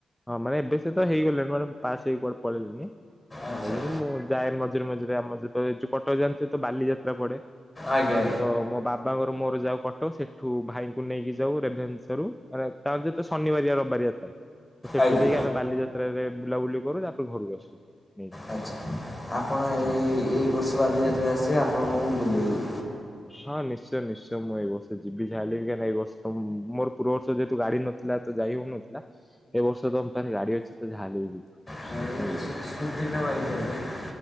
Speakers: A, in the centre; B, on the left.
A: ହଁ ମାନେ ଏବେ ସେ ତ ହେଇଗଲେଣି ମାନେ ପାସ ହେଇକି କୁଆଡେ ପଳେଇଲେଣି।
B: ଆଚ୍ଛା
A: ମୁଁ ଯାଏ ମଝିରେ ମଝିରେ ଆମ ଏ ଯଉ କଟକ ଯାଆନ୍ତି ତ ବାଲିଯାତ୍ରା ପଡେ।
B: ଆଜ୍ଞା ଆଜ୍ଞା।
A: ତ ମୋ ବାବାଙ୍କର ମୋର ଯାଉ କଟକ ସେଠୁ ଭାଇଙ୍କୁ ନେଇକି ଯାଉ ରେଭେନ୍ସ ରୁ ମାନେ ତା ତ ଶନିବାରିଆ ରବି ବାରିଆ ଥାଏ ତ ସେଠୁ
B: ଆଜ୍ଞା ଆଜ୍ଞା
A: ଯାଇକି ଆମେ ବାଲିଯାତ୍ରା ରେ ବୁଲାବୁଲି କରୁ ତାପରେ ଘରକୁ ଆସୁ ନେଇକି।
B: ଆଚ୍ଛା ଆପଣ ଏଇ
A: ହଁ।
B: ଏଇ ବର୍ଷ ବାଲିଯାତ୍ରା ଆସିବେ ଆପଣଙ୍କୁ ମୁଁ ବୁଲେଇବି।
A: ହଁ ନିଶ୍ଚୟ ନିଶ୍ଚୟ ମୁଁ ଏଇ ବର୍ଷ ଯିବି କାହିଁକି ଏଇର୍ଷ ତ ମୋର ପୂର୍ବ ବର୍ଷ ଯେହେତୁ ଗାଡି ନ ଥିଲା ତ ଯାଇ ହେଉନଥିଲା। ଏ ବର୍ଷ ତମ ପାଖରେ ଗାଡି ଅଛି ତ ଯାହେଲେ ଭି ଯିବି କାଇଁ
B: ଗାଡ଼ି ଅଛି
A: ଯିବିନି?
B: ସ୍କୁଟି ନାଁ ବାଇକ୍?